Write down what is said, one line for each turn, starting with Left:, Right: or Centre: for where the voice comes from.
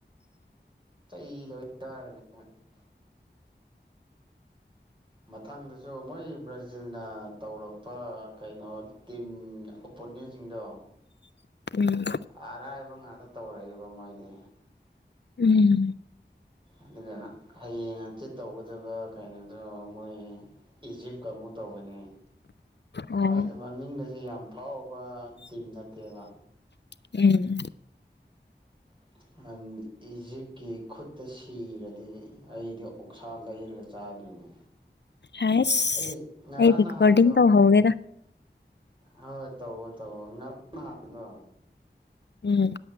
Right: ꯆꯩ ꯂꯣꯏ <unintelligible>
Left: <inaudible>
Right: ꯃꯊꯪꯗꯁꯨ ꯃꯣꯏ ꯕ꯭ꯔꯥꯖꯤꯜꯅ ꯇꯧꯔꯛꯄ ꯀꯩꯅꯣ ꯇꯤꯝ ꯑꯣꯄꯣꯅꯦꯟꯁꯤꯡꯗꯣ
Left: ꯎꯝ
Right: ꯑꯥꯔꯥꯏꯕ ꯉꯥꯛꯇ ꯇꯧꯔꯑꯦꯕ ꯃꯣꯏꯗꯤ
Left: ꯎꯝ
Right: ꯑꯗꯨꯗꯅ ꯍꯌꯦꯡ ꯍꯪꯆꯤꯠ ꯇꯧꯒꯗꯕ ꯀꯩꯅꯣꯗꯣ ꯃꯣꯏ ꯏꯖꯤꯞ ꯀꯃꯨꯠ ꯇꯧꯒꯅꯤ
Left: ꯑꯣ
Right: ꯑꯔꯥꯏꯗ ꯃꯃꯤꯡꯒꯖꯦ ꯌꯥꯝ ꯐꯥꯎꯕ ꯇꯤꯝ ꯅꯠꯇꯦꯕ
Left: ꯎꯝ
Right: <unintelligible> ꯏꯖꯤꯞꯀꯤ ꯈꯨꯠꯇ ꯁꯤꯔꯗꯤ ꯑꯩꯗꯤ ꯑꯣꯛꯁꯥ ꯂꯩꯔꯒ ꯆꯥꯗꯣꯏꯅꯦ
Left: ꯍꯥꯏꯁ
Right: ꯑꯩ ꯉꯔꯥꯡ
Left: ꯑꯩ ꯔꯦꯀꯣꯔꯗꯤꯡ
Right: ꯅꯍꯥꯟꯗꯣ
Left: ꯇꯧꯍꯧꯒꯦꯗ
Right: ꯍꯣꯏ ꯇꯧꯋꯣ ꯇꯧꯋꯣ <unintelligible> ꯅꯍꯥꯟꯗꯣ
Left: ꯎꯝ